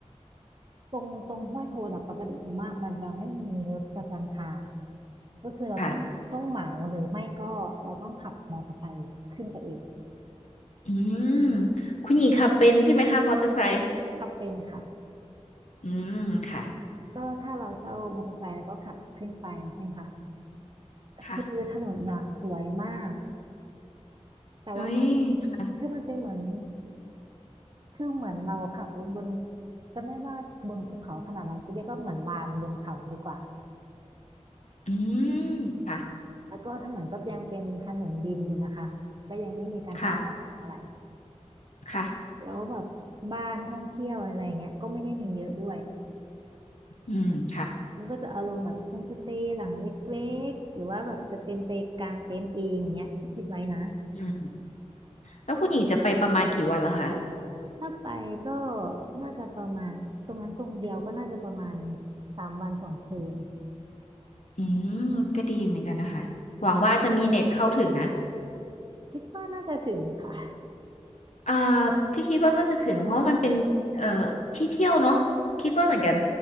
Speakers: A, on the right (about 45°); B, on the left (about 80°).
A: ตรงตรงห้วยโทนอะปกติส่วนมากมันจะไม่มีรถประจำทาง ก็คือเราต้องต้องเหมาหรือไม่ก็เราต้องขับมอเตอร์ไซค์ขึ้นไปเอง
B: ค่ะอืมคุณหญิงขับเป็นใช่ไหมคะมอเตอร์ไซค์
A: ขับเป็นค่ะ
B: อืมค่ะ
A: ก็ถ้าเราเช่ามอเตอร์ไซค์เราก็ขับขึ้นไปใช่ไหมคะ
B: ค่ะ
A: คือถนนน่ะสวยมากแต่ว่ามัน
B: อุ้ยค่ะ
A: คือมันเป็นเหมือนคือเหมือนเราขับรถบนจะไม่ว่าบนภูเขาขนาดนั้นก็เรียกก็เหมือนลานบนเขาดีกว่า
B: อืมค่ะ
A: แล้วก็ถนนก็ยังเป็นถนนดินอยู่นะคะก็ยังไม่มีการทำลาดยางอะไร
B: ค่ะค่ะ
A: แล้วแบบบ้านท่องเที่ยวอะไรเงี้ยก็ไม่ได้มีเยอะด้วย
B: อืมค่ะ
A: มันก็จะอารมณ์แบบโฮมสเตย์หลังเล็กๆหรือว่าแบบจะเป็นไปกลางเต็นท์เองอย่างเงี้ยที่คิดไว้นะ
B: อืมแล้วคุณหญิงจะไปประมาณกี่วันแล้วคะ
A: ถ้าไปก็น่าจะประมาณตรงนั้นตรงเดียวก็น่าจะประมาณสามวันสองคืน
B: อืมก็ดีเหมือนกันนะคะหวังว่าจะมีเน็ตเข้าถึงนะ
A: คิดว่าน่าจะถึงค่ะ
B: อ่าที่คิดว่ามันจะถึงเพราะว่ามันเป็นเอ่อที่เที่ยวเนาะคิดว่าเหมือนกัน